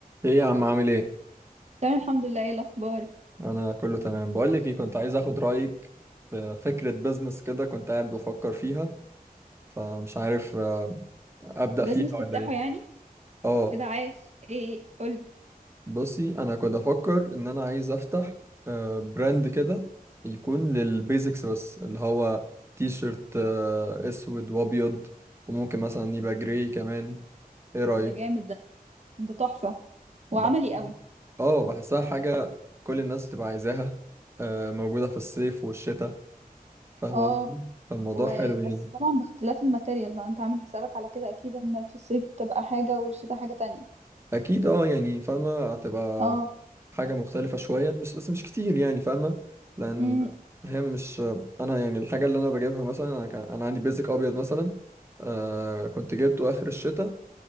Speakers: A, on the right (about 15°); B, on the right (about 45°).
A: ايه يا عم عامل ايه
B: تمام الحمد لله ايه الاخبار
A: انا كله تمام بقول لك ايه كنت عايز اخد رايك في فكره بزنس كده كنت قاعد بفكر فيها فمش عارف آه، ابدا
B: بزنس
A: فيها
B: تفتحه
A: ولا ايه
B: يعني
A: اه
B: ايه ده عاش ايه قولي
A: بصي انا كنت افكر ان انا عايز افتح آه، براند كده يكون للبيزكس بس اللي هو تي شيرت آه، اسود وابيض وممكن مثلا يبقى جراي كمان ايه رايك
B: ده جامد ده ده تحفة
A: بح-
B: وعملي قوي
A: اه بحسها حاجه كل الناس تبقى عايزاها آه، موجوده في الصيف والشتاء فاهم
B: اه
A: قصدي فالموضوع
B: وبس
A: حلو يعني
B: طبعا باختلاف الماتيريال بقى انت عامل حسابك على كده اكيد ان في الصيف بتبقى حاجة والشتاء حاجة تانية
A: اكيد اه يعني فاهمه هتبقى
B: اه
A: حاجه مختلفه شويه مش بس مش كتير يعني فاهمه لان
B: امم
A: هي مش انا يعني الحاجه اللي انا بجيبها مثلا انا كان انا عندي بيزك ابيض مثلا آه كنت جبته اخر الشتاء